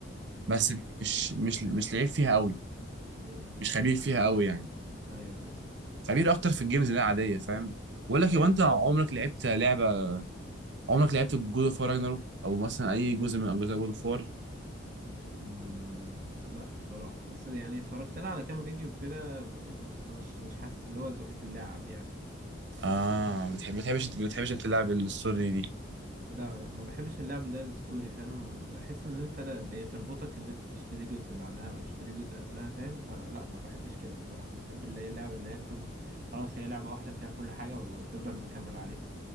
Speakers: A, on the right; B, on the right.
A: مم.
B: بس مش مش مش لعيب فيها قوي
A: مم.
B: مش خبير فيها قوي يعني
A: ايوه ايوه
B: خبير اكتر في الجيمز اللي هي عاديه فاهم بقول لك
A: ايوه
B: هو انت عمرك لعبت لعبه عمرك لعبت جود اوف وار راجناروك او مثلا اي جزء من اجزاء جود اوف وار
A: مم. لا بصراحة بس يعني اتفرجت لها على كام فيديو كده من- يعني بس مش مش حاسس اللي هو ذوقي في اللعب يعني
B: اه ما بتحب- ما بتحبش
A: مم.
B: ما بتحبش انت تلعب الستوري دي
A: لا لا ما بحبش اللعب اللي هي الستوري فاهم بحس ان انت لا بتربطك ان انت تشتري جزء بعدها او تشتري جزء قبلها فاهم فلا ما بحبش كده بصراحة بحب اللي هي اللعب اللي هي تكون خلاص هي لعبة واحدة فيها كل حاجة وتفضل مكمل عليها